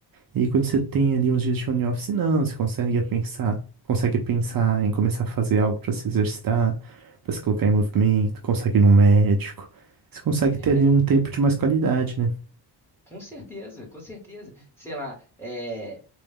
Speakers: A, on the right; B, in the centre.
A: E aí, quando você tem ali uns dias de home office, não, você consegue pensar, consegue pensar em começar a fazer algo para se exercitar, para se colocar em movimento, consegue ir num médico. Você consegue
B: é,
A: ter ali um tempo de mais qualidade, né?
B: com certeza, com certeza, sei lá, é,